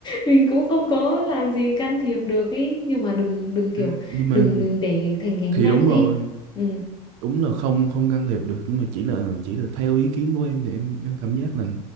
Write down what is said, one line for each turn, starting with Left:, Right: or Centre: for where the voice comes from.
Left: mình cũng không có làm gì can thiệp được ý nhưng mà đừng đừng kiểu
Right: Ừ. nhưng mà
Left: đừng đừng để thành gánh
Right: thì
Left: nặng
Right: đúng
Left: ý
Right: rồi
Left: ừ
Right: đúng là không không can thiệp được nhưng mà chỉ là chỉ là theo ý kiến của em thì em em cảm giác là